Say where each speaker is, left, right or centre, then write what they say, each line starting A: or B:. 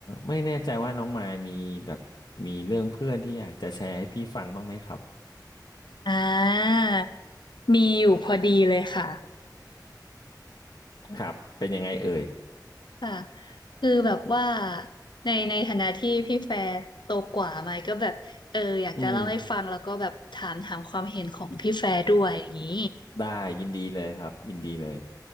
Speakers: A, on the left; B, on the left.
A: ไม่แน่ใจว่าน้องมายมีแบบมีเรื่องเพื่อนที่อยากจะแชร์ให้พี่ฟังบ้างไหมครับ
B: อ่ามีอยู่พอดีเลยค่ะ
A: ครับเป็นยังไงเอ่ย
B: ค่ะคือแบบว่าในในฐานะที่พี่แฟร์โตกว่าไหมก็แบบเอออยากจะเล่าให้ฟังแล้วก็แบบถามถามความเห็นของพี่แฟร์ด้วยอย่างนี้
A: อืมได้ยินดีเลยครับยินดีเลย